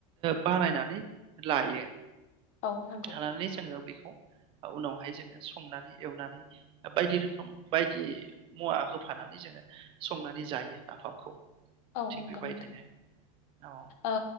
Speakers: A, on the right (about 30°); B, on the left (about 50°).
A: बानायनानै लायो।
B: औ नंगौ
A: <unintelligible> उनावहाय जोङो संनानै एवनानै बायदि रोखोम बायदि मुवा होफानानै जोङो संनानै जायो नाफामखौ
B: औ
A: थिग
B: नंगौ
A: बेबायदिनो
B: नोंथां
A: औ
B: ओ